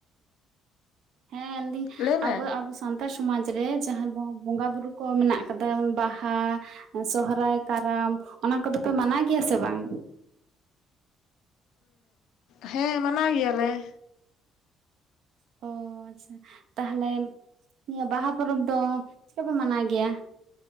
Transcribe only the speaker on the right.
ᱦᱮᱸ <unintelligible>
ᱟᱵᱚ ᱟᱵᱚ ᱥᱟᱱᱛ ᱥᱟᱱᱛᱟᱲ ᱥᱚᱢᱟᱡᱽ ᱨᱮ ᱡᱟᱦᱟᱸᱭ ᱵᱚᱸᱜᱟ ᱵᱩᱨᱩ ᱠᱚ ᱢᱮᱱᱟᱜ ᱠᱟᱫᱟ ᱵᱟᱦᱟ ᱾ ᱥᱚᱦᱨᱟᱭ ᱠᱟᱨᱟᱢ ᱚᱱᱟ ᱠᱚᱫᱚ ᱯᱮ ᱢᱟᱱᱟᱣ ᱜᱮᱭᱟ ᱥᱮ ᱵᱟᱝ?
ᱚ ᱟᱪᱷᱟ ᱛᱟᱦᱚᱞᱮ ᱱᱤᱭᱟᱹ ᱵᱟᱦᱟ ᱯᱚᱨᱚᱵᱽ ᱫᱚ ᱪᱤᱠᱟᱯᱮ ᱢᱟᱱᱟᱣ ᱜᱮᱭᱟ